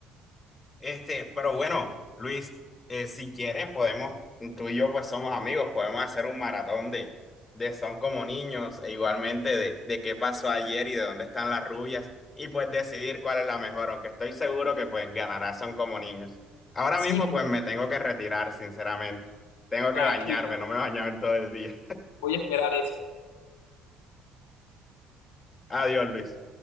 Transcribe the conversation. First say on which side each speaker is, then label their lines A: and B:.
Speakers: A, on the left; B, on the left.
A: Este, pero bueno, Luis, eh, si quieres podemos, tú y yo pues somos amigos, podemos hacer un maratón de, de Son como niños e igualmente de, de qué pasó ayer y de dónde están las rubias y pues decidir cuál es la mejor, aunque estoy seguro que pues ganará Son como niños. Ahora
B: Sí,
A: mismo
B: pero
A: pues me tengo que retirar, sinceramente. Tengo que
B: tranquilo,
A: bañarme, no me he bañado en todo el día.
B: voy a esperar eso.
A: <laughs> Adiós, Luis.